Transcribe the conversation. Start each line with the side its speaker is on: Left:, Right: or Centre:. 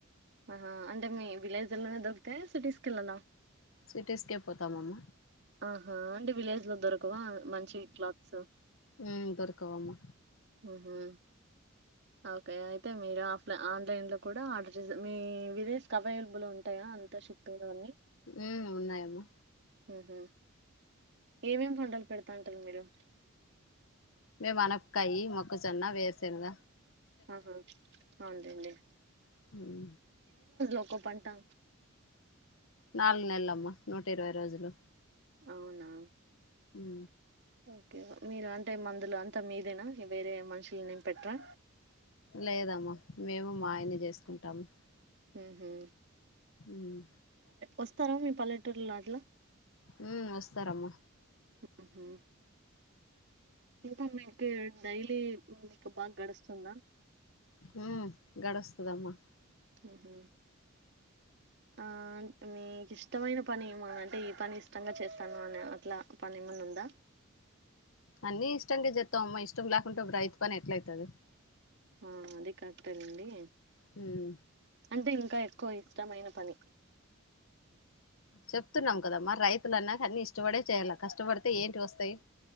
Right: ఆహా అంటే మీ విలేజ్లోనే దొరుకుతాయా సిటీస్ కి కెళ్లలా?
Left: సిటీస్ కె పోతామమ్మ
Right: ఆహా అంటే విలేజ్ లో దొరకవా? మంచి క్లాత్స్
Left: ఉమ్ దొరకవమ్మా
Right: ఉ హ్మ ఓకే అయితే మీరు ఆఫ్లై ఆన్లైన్ లో కూడా ఆర్డర్ చేస మీ విలేజ్ కి అవైలబుల్ ఉంటాయా అంతా షిప్పింగ్ వన్నీ?
Left: ఉ ఉన్నాయమ్మ
Right: ఉహు ఏమేం పంటలు పెడతాన్ టారు మీరు
Left: మేమ్ అనపకాయి మొ క జొన్న వేరుశెనగ
Right: ఆహా అవును లెండి
Left: మ్మ్
Right: ఒక పంటా
Left: నాలుగు నెలలు అమ్మా నూట ఇరవై రోజులు
Right: అవునా?
Left: ఉ
Right: ఓకే మీరు అంటే మందులు అంతా మీదేనా వేరే మనుషుల నేం పెట్టారా?
Left: లేదమ్మా మేము మా ఆయనే చేసుకుంటాము
Right: ఊహుమ్
Left: ఉమ్
Right: వస్తారా మీ పల్లెటూరుల లో అట్లా
Left: మ్మ్ వస్తారమ్మా
Right: ఉహు ఇ మీకు డైలీ మీకు బాగా గడుస్తుందా?
Left: హమ్మ్ గడుస్తుదమ్మా
Right: మ్మ్హు ఆ మీకు ఇష్టమైన పని అంటే ఈ పని ఇష్టంగా చేస్తాను అని అట్లా పని ఏమన్నా ఉందా
Left: అన్ని ఇష్టంగానే చెస్తాం అమ్మా ఇష్టం లేకుంటే బ రైతు పని ఎట్ల అయితది
Right: ఆ అది కరెక్ట్ ఎ లెండి
Left: హ్మ్మ్
Right: అంటే ఇంకా ఎక్కువ ఇష్టమైన పని
Left: చెప్తున్నాం కదా మరి రైతులన్నా అన్ని ఇష్టపడే చేయాల కష్టపడితే ఏంటి వస్తాయి